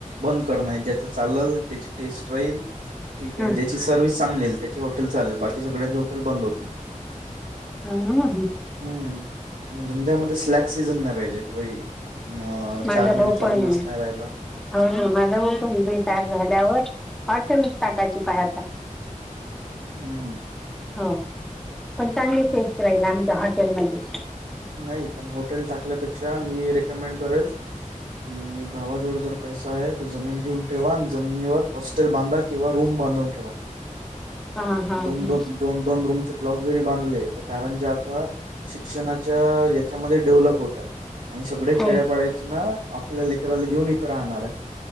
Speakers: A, on the right; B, in the centre.
A: बंद करण, ज्याच चालल त्याची टेस्ट राहील. ठीक आहे.
B: हा
A: जी सर्व्हिस चांगली आहे. त्याचे हॉटेल चालेल, बाकी सगळ्यांचे हॉटेल बंद होतील.
B: <unintelligible>
A: हम्म. आणि धंद्या मध्ये स्लॅक सीझन नाही, पाहिजे की भाई. मग,
B: माझा
A: चार महिने
B: भाऊ
A: चालूनच
B: पण
A: नाही राहायला.
B: हो ना माझा पण तयार झाल्यावर हॉटलचे टाकायची बाई आता.
A: हम्म. हम्म.
B: हो पण चांगली फेस राहील आमच्या हॉटेलमध्ये.
A: नाही. पण हॉटेल टाकल्यापेक्षा मी रेकमेंड करेल. कि भावाजवळ जर पैसा आहे तर जमीन घेऊन ठेवा आणि जमिनीवर हॉस्टेल बांधा किंवा रूम बांधून ठेवा.
B: <inaudible>
A: दोन,
B: हा
A: दोन दोन दोन, रूमचे ब्लॉक जरी बांधले. तर कारण जे आता शिक्षणाची त्या याच्यामध्ये डेव्हलप होत. आणि सगळे
B: हो
A: खेड्यापाड्या. तिचं नाव आपल्या लेकराला घेऊन इथे राहणार आहे.